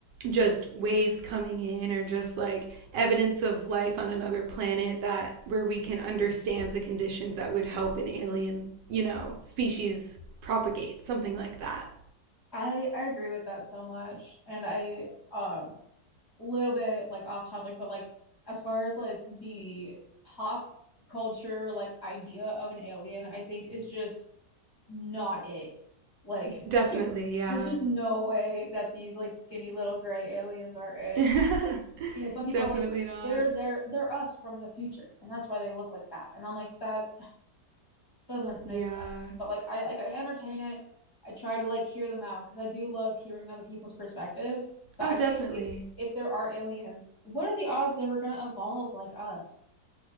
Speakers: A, on the right; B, on the left.
A: just waves coming in or just like evidence of life on another planet that where we can understand the conditions that would help an alien, you know, species propagate, something like that.
B: I I agree with that so much. And I um little bit like off topic, but like as far as like the pop culture like idea of an alien, I think is just not it. Like
A: Definitely,
B: <laughs>
A: yeah.
B: there's just no way that these like skinny little gray aliens are it.
A: <laughs>
B: You know, some people
A: definitely
B: are like
A: not.
B: they're they're they're us from the future and that's why they look like that. And I'm like that doesn't make
A: Yeah.
B: sense. But like I like I entertain it. I try to like hear them out because I do love hearing other people's perspectives. But
A: Oh,
B: I
A: definitely.
B: feel like if there are aliens, what are the odds they were gonna evolve like us?